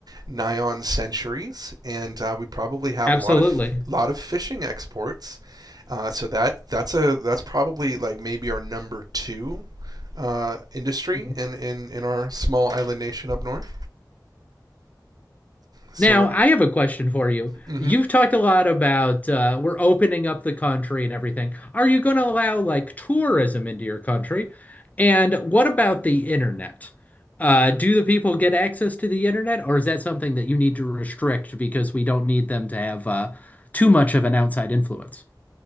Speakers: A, on the right; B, on the left.
A: nigh on centuries, and uh, we probably have
B: absolutely.
A: a lot of lot of fishing exports. Uh, so that that's a that's probably like maybe our number two uh, industry
B: Mm-hmm.
A: in, in in our small island nation up north. So
B: Now,
A: we're.
B: I have a question for you.
A: Mm-hmm.
B: You've talked a lot about uh, we're opening up the country and everything. Are you going to allow like tourism into your country? And what about the internet? Uh, do the people get access to the internet, or is that something that you need to restrict because we don't need them to have uh, too much of an outside influence?